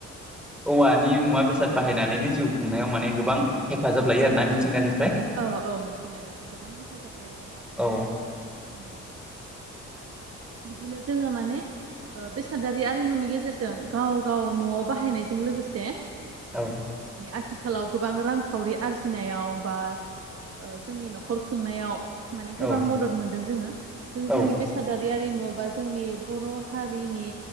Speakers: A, in the centre; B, on the right.
A: औवानि मुवा बेसाद बाहायनानैनो जिउ खुंनायाव माने गोबां हेफाजाब लायो
B: औ
A: आरोना मिथिंगानिफ्राय
B: औ औ मिथिंगानिफ्राय गोबां हेफाजाब लायो
A: औ
B: औ बिदिनो जोङो माने ओ बेसादारि आरिमुनि गेजेरजों गाव गाव न'आव बाहायनायजों लोगोसे
A: औ
B: आथ थिखालाव गोबां रां खावरि आरजिनायाव बा ओ जोंनि नखर खुंनायाव माने
A: औ
B: गोबां मदद मोनदों जोङो
A: औ
B: जों जोंनि बेसादारि आरिमु मु बा जोंनि बर हारिनि